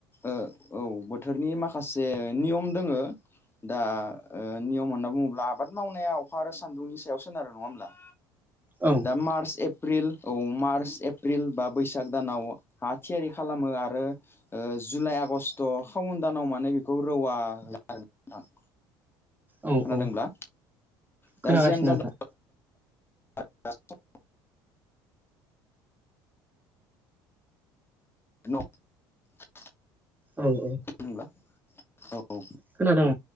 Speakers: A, on the left (about 20°); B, on the right (about 15°).
A: ओ औ बोथोरनि माखासे नियम दोङो दा ओ नियम होनना बुङोब्ला आबाद मावनाया अखा आरो सान्दुंनि सायावसोन आरो नङा होमब्ला
B: औ
A: दा मार्च एप्रिल औ मार्च एप्रिल बा बैसाग दानाव हा थियारि खालामो आरो। जुलाइ आगष्ट खावुन दानाव माने बेखौ रौवा हो आरो नोंथां।
B: औ
A: खोनादोंब्ला
B: औ
A: दा
B: खोनागासिनो
A: जियानो
B: नोंथां
A: जादो <unintelligible> न' <unintelligible>
B: औ औ।
A: होनब्ला। औ
B: खोनादों।